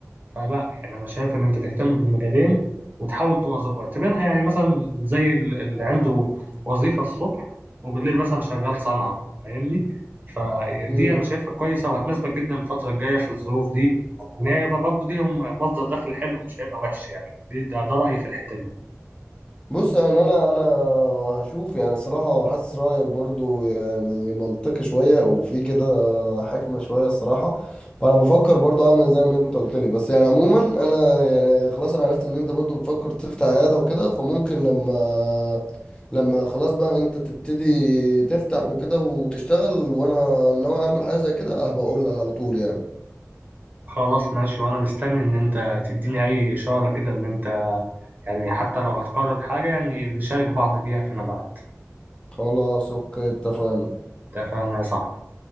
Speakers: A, on the right; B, on the left.
A: فلا يعني انا شايف ان انت تهتم بالمجالين وتحاول تواظب واعتبرها يعني مثلا زي ال- اللي عنده وظيفة الصبح وبالليل مثلا شغال صنعة فاهمني فدي
B: وكده
A: انا شايفها كويسة وهتناسبك جدا الفترة الجاية في الظروف دي وان هي يبقى برضه ليهم مصدر دخل حلو مش هيبقى وحش يعني دي ده, ده رأيي في الحتة دي
B: بص انا انا انا هشوف يعني صراحة حاسس رأيك برضو يعني منطقي شوية وفي كده حكمة شوية الصراحة فانا بفكر برضو اعمل زي ما انت قلت لي بس يعني عموما انا يعني خلاص انا عرفت ان انت برضو بتفكر تفتح عيادة وكده فممكن لما لما خلاص بقى انت تبتدي تفتح وكده وتشتغل وانا ناوي اعمل حاجة زي كده هبقى اقول لك على طول يعني
A: خلاص ماشي وانا مستني ان انت تديني اي اشارة كده ان انت يعني حتى لو هتقرر حاجة يعني نشارك بعض بيها فيما بعد
B: خلاص اوكي اتفقنا
A: اتفقنا يا صاحبي